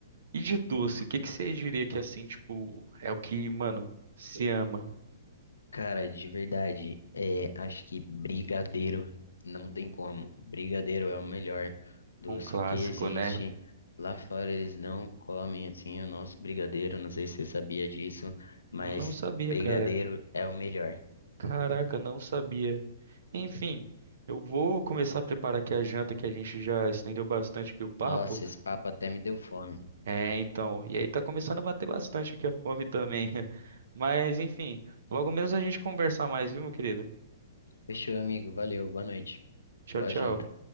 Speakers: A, on the right; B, on the left.
A: E de doce, o que que você diria que assim, tipo, é o que, mano, se ama?
B: Cara, de verdade, é, acho que brigadeiro não tem como. Brigadeiro é o melhor doce
A: Um clássico,
B: que existe.
A: né?
B: Lá fora eles não comem assim o nosso brigadeiro, não sei se você sabia disso, mas
A: Não sabia,
B: brigadeiro
A: cara.
B: é o melhor.
A: Caraca, não sabia. Enfim, eu vou começar a preparar aqui a janta que a gente já estendeu bastante aqui o papo.
B: Nossa, esse papo até me deu fome.
A: É, então, e aí tá começando a bater bastante aqui a fome também. <laughs> Mas enfim, logo menos a gente conversar mais, viu, meu querido?
B: Fechou, amigo. Valeu, boa noite.
A: Tchau,
B: Boa
A: tchau.
B: janta.